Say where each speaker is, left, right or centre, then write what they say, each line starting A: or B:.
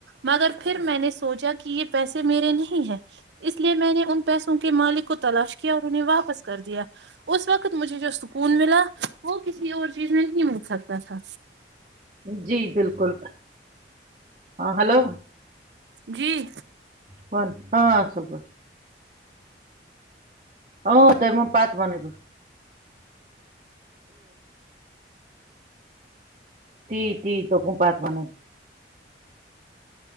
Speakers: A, on the right; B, on the right.
A: مگر پھر میں نے سوچا کہ یہ پیسے میرے نہیں ہے اس لیے میں نے ان پیس کے مالک کو تلاش کیا اور انہیں واپس کر دیا اس وقت مجھے جو سکون ملا وہ کسی اور چیز میں نہیں مل سکتا تھا
B: جی بالکل ہاں ہلو
A: جی
B: کون ہ خبر ا تو م پات بنل تی تی توپ پات پانے